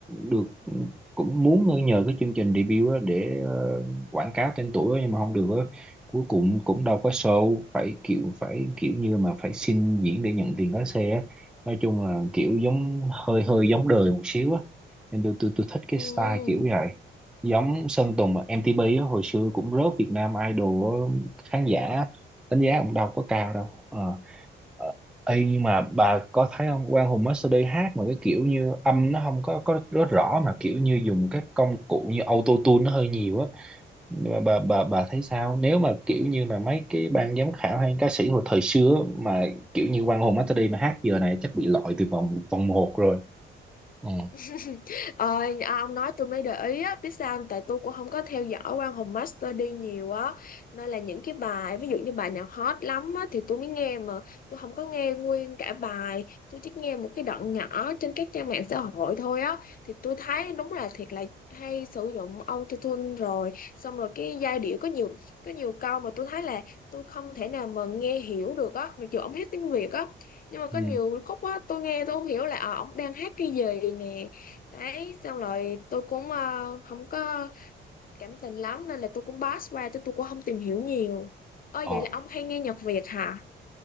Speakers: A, in the centre; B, on the left.
A: được ừ, cũng muốn nhờ cái chương trình debut á để ờ, quảng cáo tên tuổi á, nhưng mà không được á cuối cùng cũng đâu có show phải kiểu phải kiểu như mà phải xin diễn để nhận tiền lái xe á nói chung là kiểu giống hơi hơi giống đời một xíu á nên tôi tôi tôi thích cái
B: ừ
A: style kiểu vậy giống Sơn Tùng mà MTP á, hồi xưa cũng rớt Việt Nam Idol á, khán giả đánh giá cũng đâu có cao đâu Ờ. Ờ, Ê, nhưng mà bà có thấy không Quang Hùng MasterD hát mà cái kiểu như âm nó không có có rất rõ mà kiểu như dùng các công cụ như auto tune nó hơi nhiều á bà bà bà bà thấy sao nếu mà kiểu như mà mấy cái ban giám khảo hay ca sĩ hồi thời xưa mà kiểu như Quang Hùng Masterday mà hát giờ này chắc bị loại từ vòng vòng một rồi ừ.
B: <laughs> ờ, à, ông nói tôi mới để ý á biết sao không? tại tôi cũng không có theo dõi Quang Hùng Master đi nhiều á nên là những cái bài ví dụ như bài nào hot lắm á thì tôi mới nghe mà tôi không có nghe nguyên cả bài tôi chỉ nghe một cái đoạn nhỏ trên các trang mạng xã hội thôi á thì tôi thấy đúng là thiệt là hay sử dụng autotune rồi xong rồi cái giai điệu có nhiều có nhiều câu mà tôi thấy là tôi không thể nào mà nghe hiểu được á mặc dù ông hát tiếng Việt á nhưng mà có
A: Ừ.
B: nhiều khúc á tôi nghe tôi không hiểu là ờ, ổng đang hát cái gì nè đấy xong rồi tôi cũng ờ, không có cảm tình lắm nên là tôi cũng pass qua chứ tôi cũng không tìm hiểu nhiều ơi
A: ờ,
B: vậy là ông hay nghe nhạc Việt hả